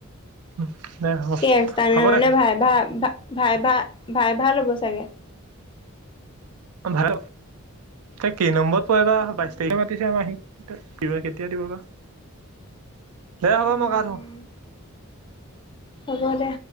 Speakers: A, on the right; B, on the left.
A: উম দে হ'ব।
B: কি এক্সটাৰ্নেল
A: হ'ব
B: মানে
A: দে
B: ভাই ভা ভাই ভা ভাইভা হ'ব চাগে।
A: অ ভাই এ কে নম্বৰত পয় বা
B: উম,
A: বাইশ তাৰিখে মাতিছে আমা হি। হি বা কেতিয়া দিব বা, দে হ'ব
B: উম,
A: মই গা ধো।
B: হ'ব দে।